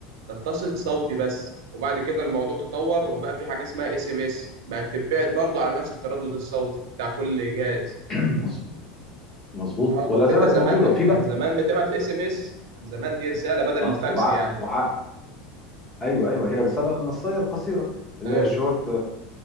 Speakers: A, on the right; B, on the left.
A: تتصل صوتي بس وبعد كده الموضوع تطور وبقى في حاجه اسمها اس ام اس بقت تتبعت برضه على نفس التردد الصوتي بتاع كل جهاز
B: <clears throat> مظ- مظبوط
A: اه
B: ولا
A: كنت
B: زالت
A: انت زمان
B: موجوده
A: ما
B: وفي
A: كان
B: بقى
A: زمان بتبعت الاس ام اس كان زمان دي رساله بدل
B: اه
A: الفاكس
B: وع...
A: يعني
B: وع... ايوه ايوه هي الرساله النصيه القصيره اللي
A: ايوه
B: هي شورت